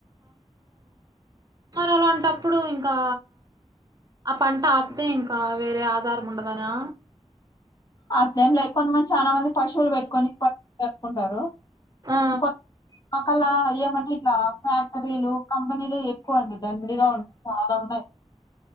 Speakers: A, on the right; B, on the left.
A: మరి అలాంటప్పుడు ఇంకా ఆ పంట ఆపితే ఇంకా వేరే ఆధారం ఉండదనా
B: ఆ టై లో కొంతమంది చాల మంది పశువులు పెట్టుకని పెట్టుకుంటారు
A: ఆ
B: <unintelligible> పక్కలా ఏమంటే ఇట్లా ఫ్యాక్టరీలు కంపెనీలు ఎక్కువ అండి దండిగా ఉంటయి చాలా ఉన్నాయి